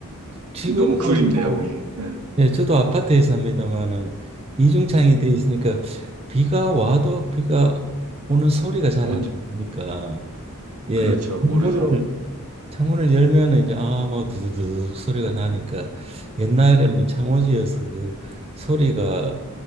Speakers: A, on the right; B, on the right.
A: 지금은
B: 너무 그립네요,
A: 뭐
B: 그게. 예.
A: 예, 저도 아파트에 삽니다만은 이중창이 돼 있으니까 비가 와도 비가 오는 소리가 잘
B: 온
A: 안 들리니까 예.
B: 그렇죠,
A: 문을
B: 모르죠.
A: 창문을 열면은 이제 아뭐 두두두둑 소리가 나니까 옛날에는 창호지여서 그 소리가